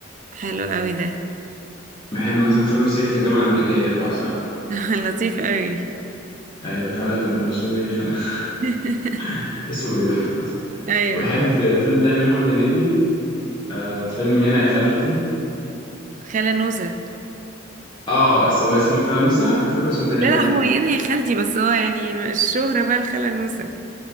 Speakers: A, on the right (about 40°); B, on the left (about 25°).
A: حلو قوي ده
B: بحب مثلا فيلم صعيدي في الجامعه الامريكيه بعشقه
A: <laughs> لطيف قوي
B: يعني خلف الدهشوري خلف
A: <laughs>
B: <laughs> اسمه بيضحك اصلا
A: ايوه
B: وبحب فيلم تاني محمد هنيدي آه فيلم يانا يا خالتي
A: خالة نوسة
B: اه اس- هو اسمه الخاله نوسه أنا كنت فاكر اسمه كده
A: لا
B: يانا
A: لا
B: يا
A: هو
B: خالتي
A: يعني يا خالتي بس هو يعني الشهرة بقى الخالة نوسة